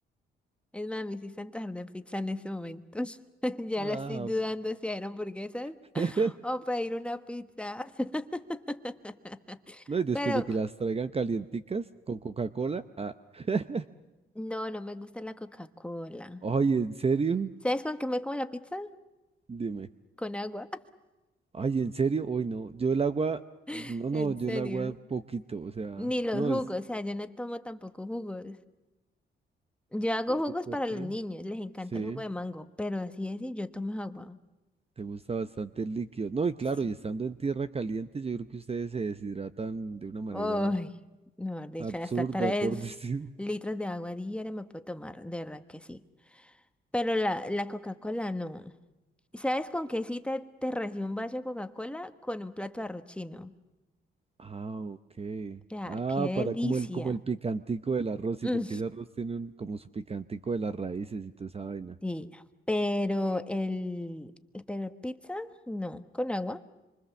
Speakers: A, in the centre; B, on the right.
A: Es más, me hiciste antojar de pizza en ese momento. <laughs> Ya
B: Ah,
A: la estoy dudando si eran hamburguesas
B: <laughs>
A: <laughs> o pedir una pizza. <laughs>
B: no, y después
A: Pero
B: de que las traigan calienticas con Coca-Cola. Ah. <laughs>
A: no, no me gusta la Coca-Cola.
B: Ay, ¿en serio?
A: ¿Sabes con qué me como la pizza?
B: Dime.
A: Con agua.
B: Ay, ¿en serio? Hoy no. Yo el agua, no,
A: <laughs> En
B: no, yo
A: serio.
B: el agua poquito, o sea,
A: Ni los
B: no
A: jugos,
B: es.
A: o sea, yo no tomo tampoco jugos. Yo hago
B: ¿Y eso
A: jugos
B: por
A: para
B: qué?
A: los niños, les encanta
B: Sí,
A: el jugo de mango, pero así es y yo tomo agua.
B: te gusta bastante el líquido. No, y claro,
A: Sí.
B: y estando en tierra caliente, yo creo que ustedes se deshidratan de una manera
A: Uy, no, de
B: absurda,
A: hecho, hasta tres
B: por <laughs> decir.
A: litros de agua diaria me puedo tomar, de verdad que sí. Pero la, la Coca-Cola no. ¿Sabes con qué sí te, te recibo un vaso de Coca-Cola? Con un plato de arroz chino.
B: Ah, ok.
A: O sea,
B: Ah,
A: qué
B: para
A: delicia.
B: como el, como el picantico del arroz, sí,
A: Mm,
B: porque ese arroz tiene un, como su picantico de las raíces y toda esa vaina.
A: sí, pero el, pero pizza, no, con agua.